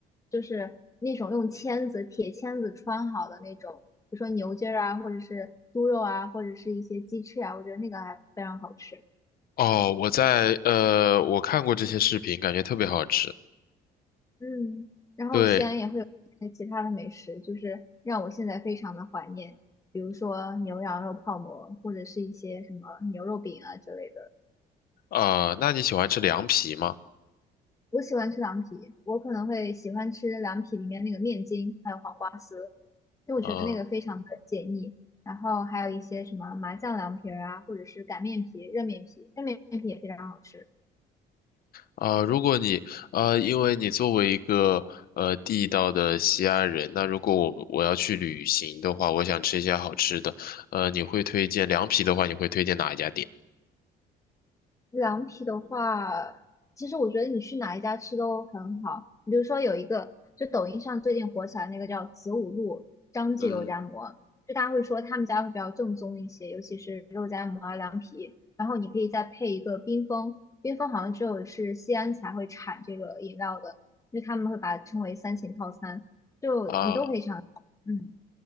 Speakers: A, on the left; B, on the left.
A: 就是那种用签子、铁签子穿好的那种，比如说牛筋儿啊，或者是猪肉啊，或者是一些鸡翅啊，我觉得那个还非常好吃。
B: 哦，我在呃，我看过这些视频，感觉特别好吃。
A: 嗯，然后西安也会有一些其他的美食，
B: 对，
A: 就是让我现在非常的怀念，比如说牛羊肉泡馍，或者是一些什么牛肉饼啊之类的。
B: 呃，那你喜欢吃凉皮吗？
A: 我喜欢吃凉皮，我可能会喜欢吃凉皮里面那个面筋，还有黄瓜丝，因为我觉得那个非常的解腻。
B: 嗯、
A: 然后还有一些什么麻酱凉皮儿啊，或者是擀面皮、热面皮，热面皮也非常好吃。
B: 呃，如果你呃，因为你作为一个呃地道的西安人，那如果我我要去旅行的话，我想吃一些好吃的，呃，你会推荐凉皮的话，你会推荐哪一家店？
A: 凉皮的话，其实我觉得你去哪一家吃都很好。比如说有一个，就抖音上最近火起来那个叫子午路张记肉夹馍，
B: 嗯
A: 就大家会说他们家会比较正宗一些，尤其是肉夹馍啊、凉皮。然后你可以再配一个冰峰，冰峰好像只有是西安才会产这个饮料的，因为他们会把它称为三秦套餐，就你都可以尝试嗯，
B: 啊。